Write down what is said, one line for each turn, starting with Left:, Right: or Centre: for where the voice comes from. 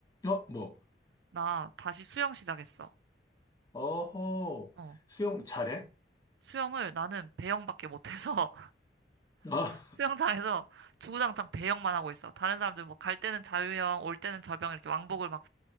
Left: 어, 뭐.
Right: 나 다시 수영 시작했어.
Left: 어허.
Right: 어,
Left: 수영 잘해?
Right: 수영을 나는 배영밖에 못해서
Left: 아,
Right: 수영장에서 주구장창 배영만 하고 있어. 다른 사람들 뭐 갈 때는 자유형, 올 때는 접영 이렇게 왕복을 막